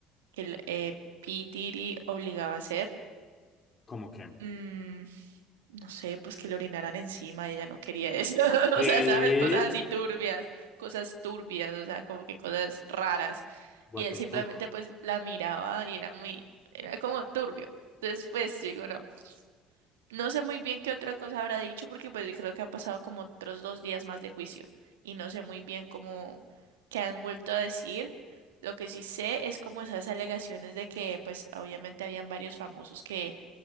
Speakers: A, on the right; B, on the left.
A: que el, eh, P. Diddy obligaba a hacer.
B: ¿Cómo que?
A: Mm, no sé, pues que le orinaran encima, ella no quería eso. <laughs>
B: ¿Qué?
A: O sea, sabes, cosas así turbias, cosas turbias, o sea, como que cosas raras.
B: What
A: Y él
B: the
A: simplemente
B: fuck.
A: pues la miraba y era muy, era como turbio. Entonces, pues, yo digo, no. No sé muy bien qué otra cosa habrá dicho porque pues creo que ha pasado como otros dos días más de juicio y no sé muy bien cómo qué han vuelto a decir. Lo que sí sé es como esas alegaciones de que pues obviamente habían varios famosos que